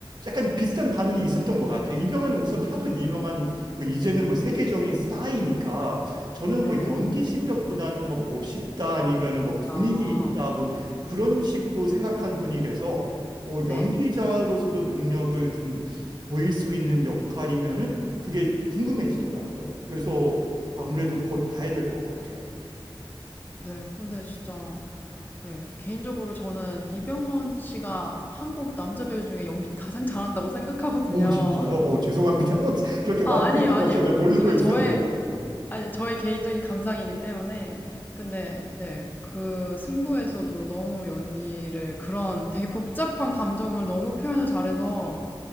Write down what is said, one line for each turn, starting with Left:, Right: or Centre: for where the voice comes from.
Right: 약간 비슷한 반응이 있었던 것 같아요. 이병헌은 우선 하도 유명한 뭐 이제는 뭐 세계적인 스타이니까 저는
Left: 네.
Right: 뭐 연기 실력보다는 뭐 멋있다 아니면은 뭐 분위기
Left: 아,
Right: 있다 뭐 그런 식으로 생각한 분이라서 어,
Left: 네.
Right: 연기자로서도 능력을 좀 보일 수 있는 역할이면은 그게 궁금해지더라고요. 그래서 아무래도
Left: 음,
Right: 곧 봐야 될 것 같아요.
Left: 네. 근데 진짜, 예, 개인적으로 저는 이병헌 씨가 한국 남자 배우 중에 연기 가장 잘한다고 생각하거든요.
Right: 오, 진짜요?
Left: <laughs>
Right: 오, 죄송합니다. <laughs> 그렇게 완패인
Left: 아, 아니에요, 아니에요.
Right: 건 전혀 모르고
Left: 이건
Right: 있었네요.
Left: 저의, 아니, 저의 개인적인 감상이기 때문에. 근데, 네, 그 승부에서도 너무 연기를, 그런 되게 복잡한 감정을 너무 표현을 잘해서,